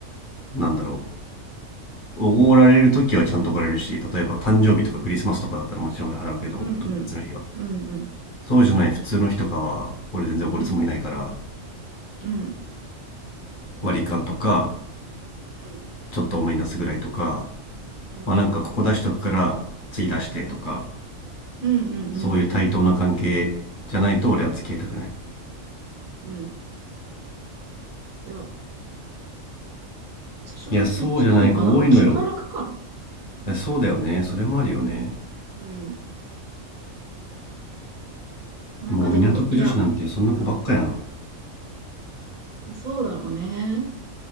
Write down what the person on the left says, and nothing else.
なんだろうおごられる時はちゃんとおごられるし、例えば誕生日とかクリスマスとかだったらもちろん俺払うけど、
特別な日は。そうじゃない普通の日とかは、俺全然おごるつもりないから、
割り勘とか、
ちょっと多めに出すぐらいとか、
まあなんかここ出しとくから次出してとか、
そういう対等な関係じゃないと俺は付き合いたくない。
いや、そうじゃない子多いのよ。そうだよね。それもあるよね。
もう港区女子なんてそんな子ばっかやん。